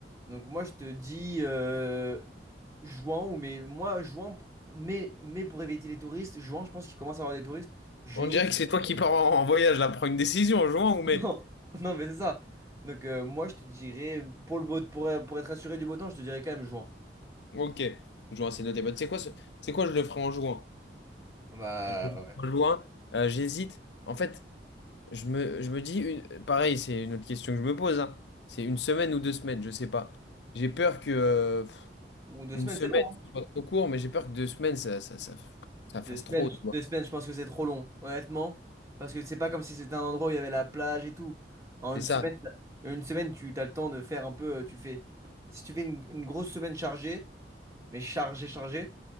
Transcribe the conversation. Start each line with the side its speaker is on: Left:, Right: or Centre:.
Right: Donc moi, je te dis euh, juin ou mai. Moi, juin, p- mai, mai pour éviter les touristes. Juin, je pense qu'il commence à avoir des touristes. Juillet,
Left: On dirait
Right: c'est-
Left: que c'est toi qui pars en, en voyage, là. Prends une décision, en juin
Right: <laughs>
Left: ou mai?
Right: non, non, mais c'est ça. Donc euh, moi, je te dirais pour le beau, pour, pour être assuré du beau temps, je te dirais quand même juin.
Left: Ok. Juin, c'est noté. Bah, tu sais quoi, ce- tu sais quoi, je le ferai en juin.
Right: Bah
Left: Je le
Right: ouais.
Left: ferai en juin. Euh, j'hésite. En fait... Je me, je me dis, une- pareil, c'est une autre question que je me pose, hein. C'est une semaine ou deux semaines, je sais pas. J'ai peur que euh, pff,
Right: Ou deux
Left: une
Right: semaines,
Left: semaine
Right: c'est long. hein.
Left: ce soit trop court, mais j'ai peur que deux semaines, ça, ça, ça, ça
Right: Deux
Left: fasse
Right: semaines,
Left: trop, tu vois.
Right: deux semaines, je pense que c'est trop long, honnêtement. Parce que c'est pas comme si c'était un endroit où il y avait la plage et tout. En
Left: C'est
Right: une
Left: ça.
Right: semaine, une semaine, tu as le temps de faire un peu. euh, Tu fais, si tu fais une, une grosse semaine chargée, mais chargée, chargée,